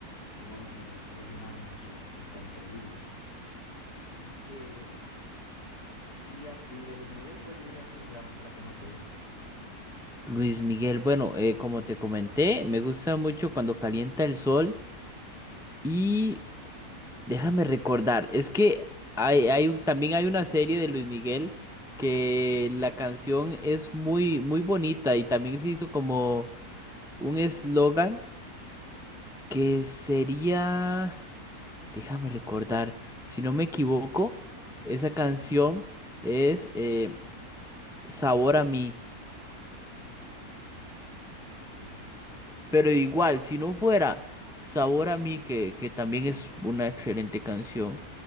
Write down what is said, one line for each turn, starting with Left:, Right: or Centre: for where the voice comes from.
Left: Y nombre el man es un artista increíble. Eh, y, a- y de Luis Miguel, ¿cuál dirías que es la, la que más te gusta?
Centre: Luis Miguel, bueno, eh, como te comenté, me gusta mucho cuando calienta el sol y déjame recordar, es que hay, hay- también hay una serie de Luis Miguel que la canción es muy, muy bonita y también se hizo como un eslogan que sería, déjame recordar, si no me equivoco, esa canción es eh, Sabor a mí.
Left: Mm, sí,
Centre: Pero igual, si no fuera Sabor a mí, que, que también es una excelente canción,